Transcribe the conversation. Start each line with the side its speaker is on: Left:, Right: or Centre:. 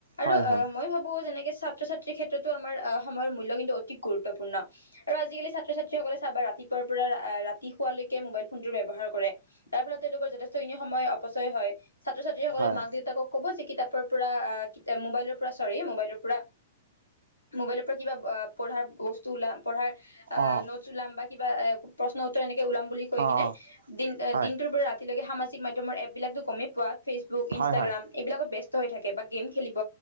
Left: আৰু
Right: হয়
Left: অ'
Right: হয়
Left: মই ভাবো যেনেকে ছাত্ৰ-ছাত্ৰীৰ ক্ষেত্ৰতো আমাৰ অ'- সময়ৰ মূল্য কিন্তু অতি গুৰুত্বপূৰ্ণ। আৰু আজিকালি ছাত্ৰ-ছাত্ৰীসকলে চাবা, ৰাতিপুৱাৰ পৰা অ'- ৰাতি শুৱালৈকে মোবাইল ফোনটো ব্যৱহাৰ কৰে। তাৰ ফলত তেওঁলোকৰ যথেষ্টখিনি সময় অপচয় হয়। ছাত্ৰ-ছাত্ৰীসকলে
Right: হয়
Left: মাক দেউতাকক ক'ব যে কিতাপৰ পৰা অ'- কিতা- মোবাইলৰ পৰা- ছৰি, মোবাইলৰ পৰা, মোবাইলৰ পৰা কিবা অ'- পঢ়াৰ বস্তু ওলা পঢ়াৰ অ'-
Right: অঁ
Left: নোটছ ওলাম বা কিবা এ- প্ৰশ্ন উত্তৰ এনে কে ওলাম বুলি কৈ
Right: অঁ
Left: কিনে,
Right: অঁ হয়
Left: দিন ৰাতিলৈকে সামাজিক মাধ্যমৰ এপবিলাকতো গমে পোৱা। ফেচবুক, ইনষ্টাগ্ৰাম
Right: হয় হয়
Left: এইবিলাকত ব্যস্ত হৈ থাকে বা গেম খেলিব।